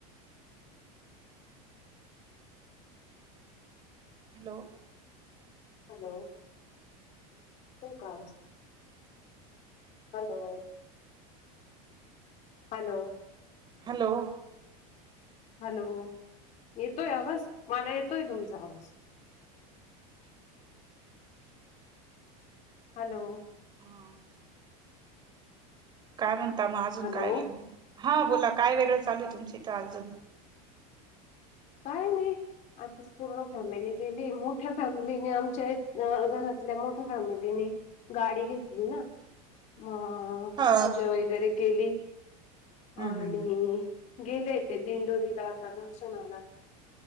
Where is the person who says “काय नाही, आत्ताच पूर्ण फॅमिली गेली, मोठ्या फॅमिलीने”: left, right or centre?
Left